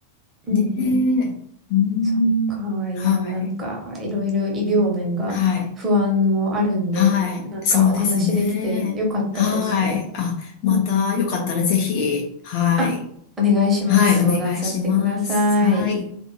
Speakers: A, on the right; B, on the left.
A: うんうん。
B: ねえ。うーん。
A: そっか。いや、
B: はい。
A: なんかいろいろ医療面が不安もあるんで、
B: はい。はい。
A: なんかお話できてよかったです。
B: そうですね。はい。あ、またよかったらぜひ、
A: うん
B: はい。
A: あ、お願いします。
B: はい、
A: 相談させてください。
B: お願いします。はい。